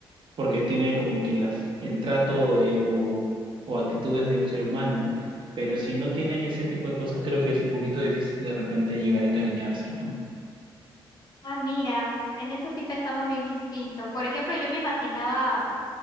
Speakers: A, on the right; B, on the left.
A: Porque tiene como que la, f- el trato de, o, o actitudes de un ser humano, ¿no? Pero si no tienen ese tipo de cosas, creo que es un poquito difícil de repente llegar a encariñarse, ¿no?
B: Ah, mira, en eso sí pensamos bien distinto. Por ejemplo, yo me imaginaba